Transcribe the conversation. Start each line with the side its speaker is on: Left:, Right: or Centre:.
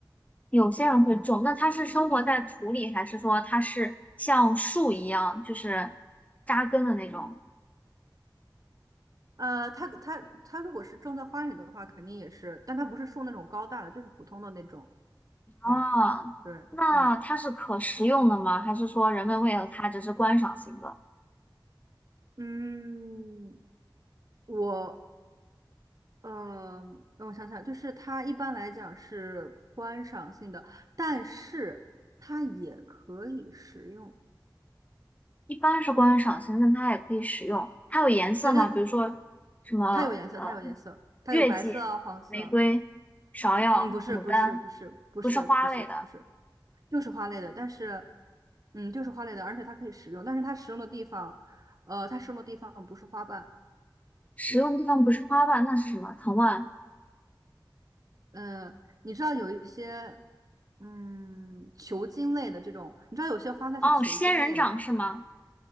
Left: 有些人会种，那它是生活在土里，还是说它是像树一样，就是扎根的那种？
Right: 呃，它它它如果是种在花里的话，肯定也是，但它不是树那种高大的，就是普通的那种，
Left: 啊，
Right: 吧？对，
Left: 那它是可食用的吗？
Right: 嗯
Left: 还是说人们为了它只是观赏性的？
Right: 嗯，我呃，让我想想，就是它一般来讲是观赏性的，但是它也可以食用。
Left: 一般是观赏性，但它也可以食用。它有颜色吗？
Right: 对，但
Left: 比如说什么呃，
Right: 它有颜色，它有颜色，它有白色啊，
Left: 月季、
Right: 黄色。
Left: 玫瑰、芍药、
Right: 嗯，不是，
Left: 牡丹，
Right: 不是，不是，不是，
Left: 不是花类的。
Right: 不是，不是，就是花类的，但是，嗯，就是花类的，而且它可以食用，但是它食用的地方，呃，它食用的地方不是花瓣。
Left: 使用的地方不是花瓣，那是什么？藤蔓？
Right: 嗯，你知道有一些，嗯，球茎类的这种，你知道有些花它是球茎类的，
Left: 哦，仙人掌是吗？